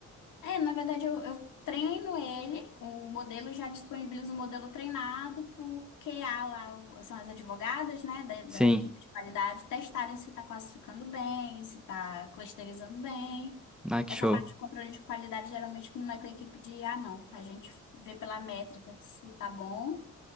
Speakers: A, on the left; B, in the centre.
A: É, na verdade, eu, eu treino ele, o modelo já disponibiliza o modelo treinado para o QA lá, o- são as advogadas, né, da, da
B: Sim.
A: equipe de qualidade, testarem se está classificando bem, se está clusterizando bem.
B: Ah, que
A: Essa
B: show.
A: parte de controle de qualidade geralmente não é com a equipe de IA, não. A gente vê pela métrica se está bom,